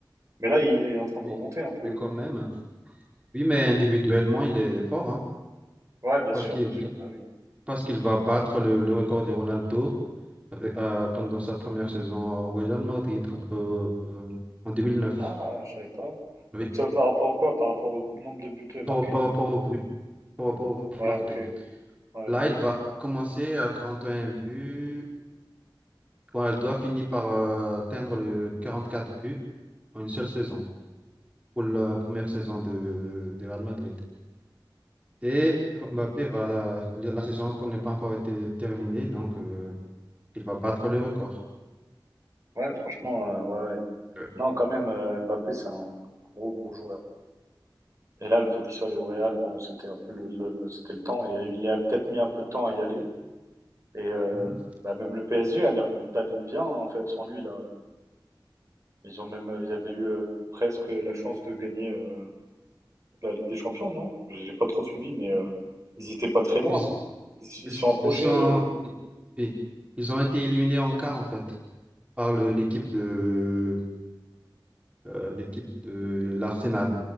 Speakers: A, on the right; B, on the right.
A: Mais là, il est en train de
B: Oui,
A: remonter un peu.
B: mais quand même. Oui, mais individuellement, il est fort, hein,
A: Ouais, bien
B: parce
A: sûr,
B: qu'il
A: bien sûr,
B: il-
A: bah oui.
B: parce qu'il va battre le, le record de Ronaldo avec, euh, pendant sa première saison au Real Madrid euh, euh, en 2009.
A: Ah, je savais pas.
B: Oui,
A: Donc ça, par rapport à quoi? Par rapport au nombre de buts
B: par,
A: marqués?
B: par rapport au but, par rapport au but
A: Ouais,
B: marqué.
A: ok. Ouais, ok,
B: Là, il
A: ok.
B: va commencer à 41 buts. Ronaldo a fini par euh, atteindre le 44 buts en une seule saison pour la première saison de, de Real Madrid. Et Mbappé va, la, la saison qu'on n'est pas encore été terminée, donc euh, il va battre le record.
A: Ouais, franchement, euh, ouais, ouais.
B: Ouais.
A: Non, quand même, euh, Mbappé, c'est un gros, gros joueur. Et là, le fait qu'il soit allé au Real, bon, c'était un peu le, le- c'était le temps. Il a, il a peut-être mis un peu de temps à y aller. Et euh,
B: Mhm.
A: bah, même le PSG a l'air d'aller bien, hein, en fait, sans lui, là. Ils ont même, euh, ils avaient eu euh, presque la chance de gagner euh, la Ligue des Champions, non? J'ai j'ai pas trop suivi, mais euh, ils étaient pas très loin,
B: Ils,
A: non? Ils, s- ils
B: ils,
A: se sont approchés.
B: ils sont,
A: euh,
B: i- oui, ils ont été éliminés en quart en fait par
A: ouais,
B: le- l'équipe de euh, l'équipe de l'Arsenal.